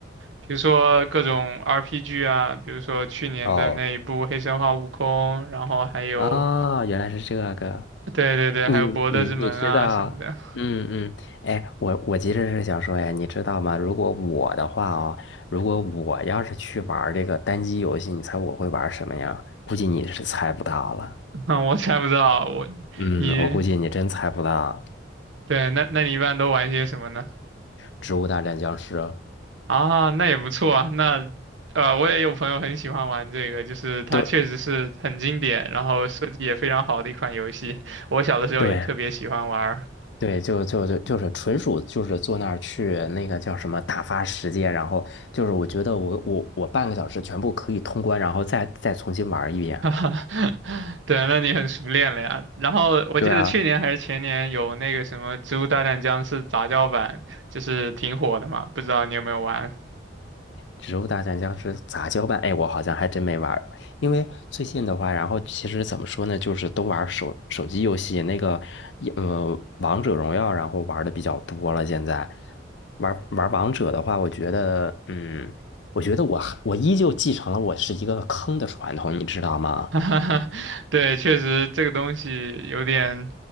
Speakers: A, on the right (about 80°); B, on the left (about 70°).
A: 比如说各种 RPG 啊，比如说去年的那一部《黑神话：
B: 哦
A: 悟空》，然后还有，
B: 啊，原来是这个，
A: 对对对，
B: 你你你知道？
A: 还有《博德之门》啊什么的。
B: 嗯嗯，哎，我我其实是想说，哎，你知道吗？如果我的话哦，如果我要是去玩这个单机游戏，你猜我会玩什么呀？估计你是猜不到了。
A: <laughs> 那我猜不到，我
B: 嗯，
A: 你
B: 我估计你真猜不到
A: 对，那那你一般都玩些什么呢？
B: 《植物大战僵尸》。
A: 啊，那也不错啊。那呃，我也有朋友很喜欢玩这个，就是它确实是很经典，
B: 对
A: 然后设计也非常好的一款游戏。我小的时候也特别喜欢玩儿
B: 对对，就就就就是纯属就是坐那儿去那个叫什么打发时间，然后就是我觉得我我我半个小时全部可以通关，然后再再重新玩一遍。
A: <laughs> 哈哈，<laughs> 对，那你很熟练了呀。然后我记得去年还是前年有那个什么《植物大战僵尸》杂交版，
B: 对啊。
A: 就是挺火的嘛，不知道你有没有玩？
B: 植物大战僵尸杂交版，哎，我好像还真没玩儿，因为最近的话，然后其实怎么说呢，就是都玩儿手手机游戏，那个一呃王者荣耀，然后玩的比较多了。现在玩玩王者的话，我觉得，嗯，我觉得我还我依旧继承了我是一个坑的传统，你知道吗？
A: <laughs> 哈哈对，确实这个东西有点，